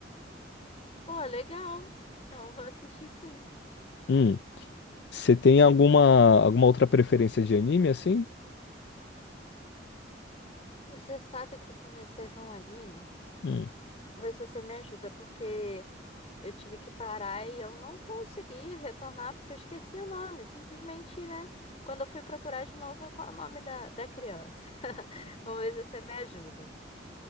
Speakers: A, on the left; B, on the left.
A: Pô, legal. Então eu vou assistir sim.
B: Hum. Você tem alguma, alguma outra preferência de anime assim?
A: Você sabe que eu comecei a ver um anime?
B: Hum.
A: Vou ver se você me ajuda, porque eu tive que parar e eu não consegui retornar porque eu esqueci o nome. Simplesmente, né? Quando eu fui procurar de novo, qual é o nome da, da criança? <laughs> Vamos ver se você me ajuda.